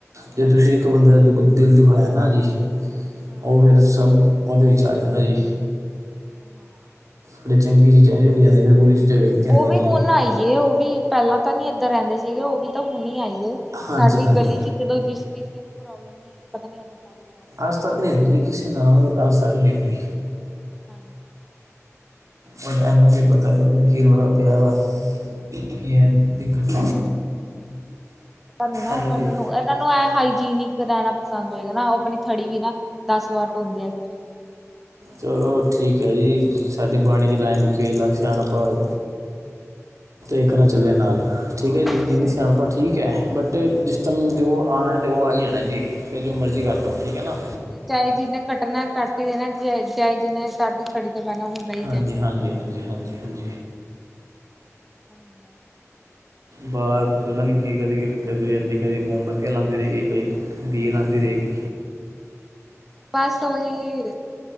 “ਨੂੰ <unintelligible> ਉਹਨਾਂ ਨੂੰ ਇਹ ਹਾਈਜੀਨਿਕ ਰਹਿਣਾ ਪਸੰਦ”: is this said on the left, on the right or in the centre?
Centre